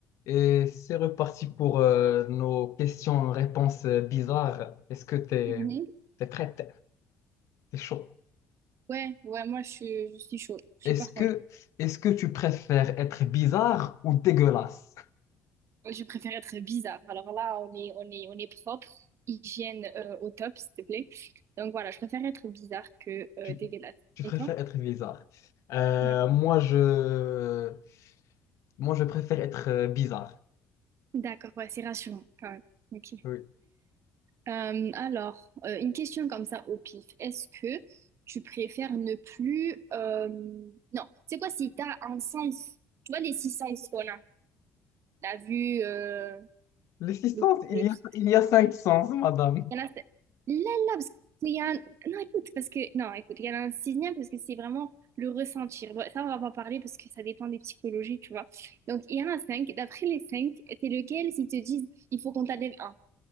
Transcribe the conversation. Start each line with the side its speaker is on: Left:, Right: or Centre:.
Left: Et c'est reparti pour euh, nos questions-réponses euh, bizarres. Est-ce que t'es
Right: Mhm.
Left: t'es prête? T'es chaud.
Right: Ouais, ouais, moi je suis, je suis chaud, je
Left: Est-ce
Right: suis partante.
Left: que est-ce que tu préfères être bizarre ou dégueulasse?
Right: Je préfère être bizarre. Alors là, on est, on est, on est propre, hygiène euh, au top, s'il te plaît. Donc voilà, je préfère être bizarre que euh,
Left: Tu,
Right: dégueulasse.
Left: tu
Right: Et
Left: préfères
Right: toi?
Left: être bizarre. Euh,
Right: Ouais.
Left: moi je moi je préfère être euh, bizarre.
Right: D'accord, ouais, c'est rassurant quand même. Ok.
Left: Oui.
Right: Euh, alors, euh, une question comme ça au pif. Est-ce que tu préfères ne plus... euh, Non, c'est quoi si t'as un sens? Tu vois les six sens qu'on a? La vue, euh,
Left: Les six
Right: le
Left: sens,
Right: goûter,
Left: il y
Right: tout
Left: a
Right: ça.
Left: il y a cinq sens, madame.
Right: Il y en a... c'est- Là, là, parce qu'il y a un... Non, écoute, parce que... Non, écoute, il y en a un sixième parce que c'est vraiment le ressentir. Bon, ça, on va pas en parler parce que ça dépend des psychologies, tu vois. Donc, il y en a cinq. D'après les cinq, c'est lequel, s'ils te disent, il faut qu'on t'enlève un.